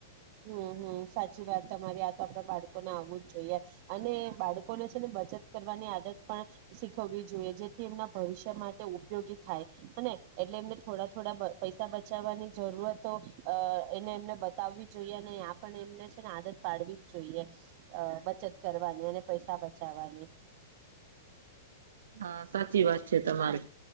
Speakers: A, on the right; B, on the right.
A: હમ હમ સાચી વાત તમારી આ તો આપણા બાળકોને આવવું જ જોઈએ અને બાળકોને છે ને બચત કરવાની આદત પણ શીખવવી જોઈએ જેથી એમના ભવિષ્ય માટે ઉપયોગી થાય હને એટલે એમને થોડા થોડા પૈસા બચાવવાની જરૂરતો એને એમને બતાવવી. જોઈએ અને આપ એમને છે ને આદત પાડવી જ જોઈએ અ બચત કરવાની અને પૈસા બચાવવાની.
B: હા સાચી વાત. છે તમારી
A: હા